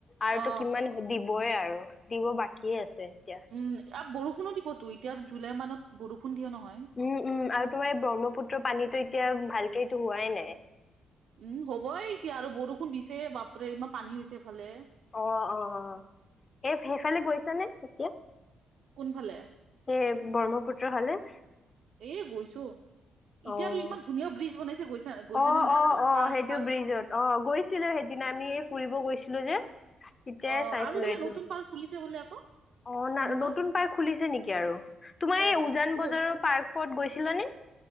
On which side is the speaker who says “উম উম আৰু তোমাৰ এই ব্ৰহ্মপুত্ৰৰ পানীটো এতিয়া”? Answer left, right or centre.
Left